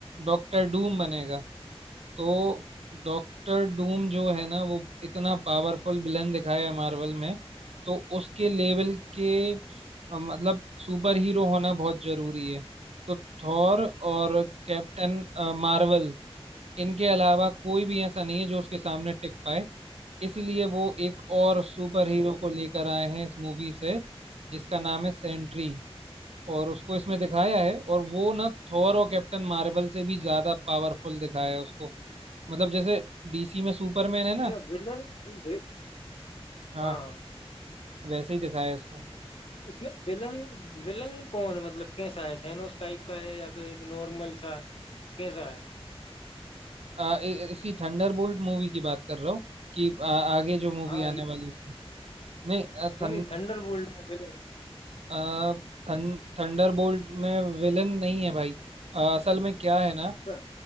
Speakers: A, on the right; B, on the left.
A: डॉक्टर डूम बनेगा तो डॉक्टर डूम जो है ना वो इतना पावरफुल विलन दिखाया है मार्वल में तो उसके लेवल के अ, मतलब सुपर हीरो होना बहुत जरूरी है तो थॉर और कैप्टन मार्वल इनके अलावा कोई भी ऐसा नहीं है जो उसके सामने टिक पाए इसलिए वो एक और सुपर
B: अच्छा
A: हीरो को लेकर आए हैं इस मूवी से जिसका नाम है सेंट्री और उसको इसमें दिखाया है और वो ना थॉर और कैप्टन मार्वल से भी ज्यादा पावरफुल दिखाया है उसको मतलब जैसे डीसी में सुपरमैन है ना
B: अच्छा विलन वे,
A: हाँ
B: हाँ
A: वैसे ही दिखाया है इसको
B: इसमें विलन विलन कौन मतलब कैसा है थेनोस टाइप का है या फिर एक नॉर्मल सा कैसा है
A: आ, इ, इसी थंडरबोल्ट मूवी की बात कर रहा हूँ कि आ, आगे जो मूवी
B: हाँ
A: आने
B: ये
A: वाली है उसकी नहीं
B: नहीं नहीं थंडरबोल्ट में विलन
A: आ, थं, थंडरबोल्ट में विलन नहीं है भाई अ, असल में क्या है ना
B: अच्छा